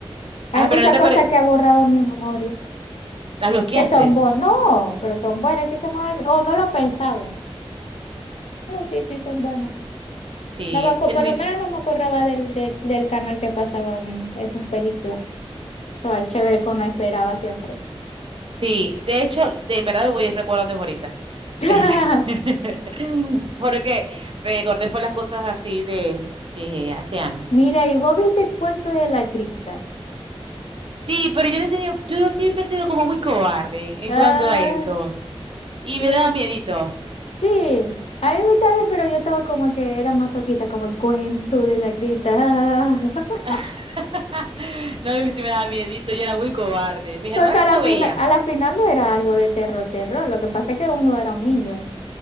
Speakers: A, on the left; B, on the right.
A: Hay
B: ah,
A: muchas
B: pero no te
A: cosas
B: acuerdas,
A: que ha borrado mi memoria.
B: las bloqueaste.
A: Que son buenos no, pero son buenas, que se me olvi- o no lo pensaba, pero sí, sí, son buenas.
B: Sí,
A: No me acu-
B: ni-
A: por lo menos no me acordaba del, del, del canal que pasaban esas películas. Todas chévere que uno esperaba siempre.
B: sí, de hecho, de en verdad lo voy a ir recordando ahorita.
A: <laughs>
B: Este, <laughs> Porque recordé fue las cosas así de, de hace años.
A: Mira, y vos viste cuento de la cripta.
B: Sí, pero yo le tenía, yo siempre he sido como muy cobarde en
A: Ah,
B: cuanto a eso. Y
A: y
B: me daba miedito.
A: sí, a mí me también, pero yo estaba como que era masoquista, como cuento de la cripta. ah. <laughs>
B: <laughs> No, a sí me daba miedito, yo era muy cobarde. Mis hermanas
A: Porque a
B: sí
A: la
B: lo
A: final,
B: veían.
A: a la final no era algo de terror, terror. Lo que pasa es que uno era un niño.